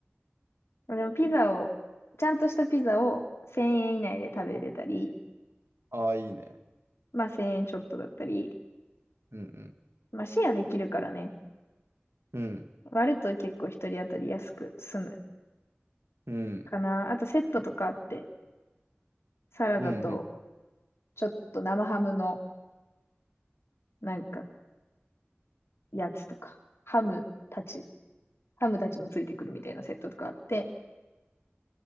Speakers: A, on the left; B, on the right.
A: でもピザを、ちゃんとしたピザを1000円以内で食べれたり、
B: ああ、いいね。
A: まあ1000円ちょっとだったり、
B: うん、
A: まあシェアできるからね。
B: うん、うん、
A: 割ると結構一人当たり安く済む
B: うん、
A: かな。あとセットとかあって、サラダと
B: うん、うん。
A: ちょっと生ハムのなんかやつとか、ハムたち、ハムたちもついてくるみたいなセットとかあって、